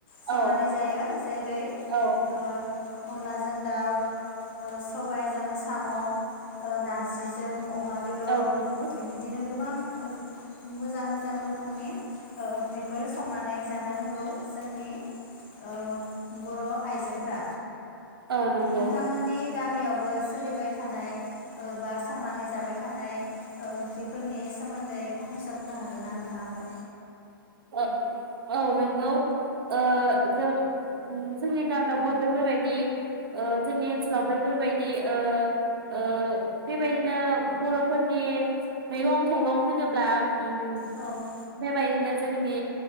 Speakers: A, on the left; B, on the right.
A: संनानै
B: औ
A: जायो जेरै ओ
B: औ
A: अनलाजों दाउ ओ सबायजों साम ओ नारजिजों अमा बेदर
B: औ नंगौ
A: बिदिनो गोबां मोजां मोजां रो रोखोमनि ओ ओंख्रिफोर संनानै जानो रोंगौ जोंनि ओ बरआइजोफोरा
B: औ नंगौ
A: नोंथांमोननि गामियावबो सोलिबाय थानाय ओ बा संनानै जाबाय थानाय ओ ओंख्रिफोरनि सोमोन्दै फंनैसो बुंनो हागोन ना? थाबो
B: <unintelligible> औ नंगौ ओ जों जोंनि गामियावबो बेफोरबायदि ओ जोंनि ओनसोलाव बेफोरबायदि ओ ओ बेबायदिनो बरफोरनि मैगं थाइगं होनोब्ला उम
A: औ
B: बेबायदिनो जोंनि